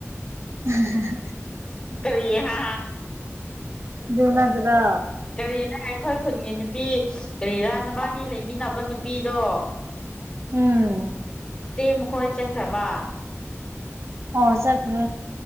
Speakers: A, on the right; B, on the left.
A: ꯎꯝ ꯍ
B: ꯇꯔꯤꯌꯦꯦ ꯍꯥ
A: ꯖꯤꯅꯒ꯭ꯔꯥ
B: ꯀꯔꯤꯔꯥ ꯑꯩꯈꯣꯏ ꯈꯨꯟꯒꯤ ꯅꯨꯄꯤ ꯀꯔꯤꯔꯥ ꯅꯕꯥꯅꯤ ꯂꯩꯃꯤꯟꯅꯕ ꯅꯨꯄꯤꯗꯣ
A: ꯎꯝ
B: ꯑꯦ ꯃꯈꯣꯏ ꯆꯠꯈ꯭ꯔꯕ
A: ꯑꯣ ꯆꯠ꯭ꯔꯦ